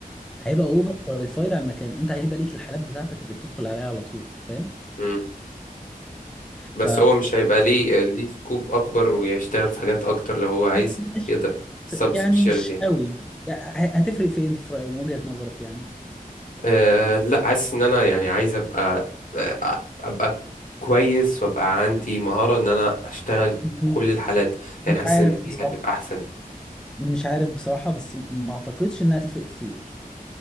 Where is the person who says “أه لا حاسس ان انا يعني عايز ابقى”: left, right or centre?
Left